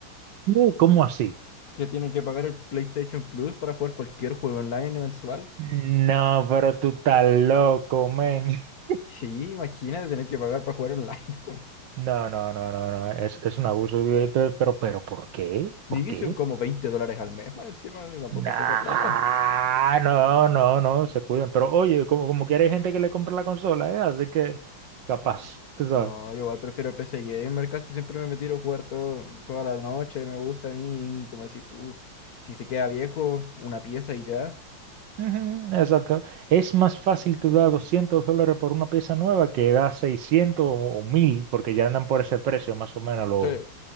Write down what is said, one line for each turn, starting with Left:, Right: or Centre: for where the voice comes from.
Right: "¿Qué? ¿Cómo así?
Left: Que tienen que pagar el PlayStation Plus para jugar cualquier juego online mensual.
Right: No, pero tú estás loco, men. <laughs>
Left: Sí, imagínate tener que pagar para jugar online, <laughs> güey.
Right: No, no, no, no, no. Es, es un abuso. eh, pe- Pero, pero, ¿por qué?
Left: Y
Right: ¿Por qué?
Left: son como 20 dólares al mes, más encima, tampoco
Right: Nah,
Left: es poca plata.
Right: no, no, no, se cuidan. Pero oye, como, como quiera hay gente que le compra la consola, ¿eh? Así que, capaz,
Left: Sí.
Right: tú sabes.
Left: No, yo igual prefiero el PC Gamer, casi siempre me tiro a jugar todo, toda la noche, me gusta a mí, y como decís tú, si se queda viejo, una pieza y ya.
Right: Ujú, exacto. Es más fácil tú dar 200 dólares por una pieza nueva que dar 600 o, mil porque ya andan por ese precio, más o menos, lo,
Left: Sí.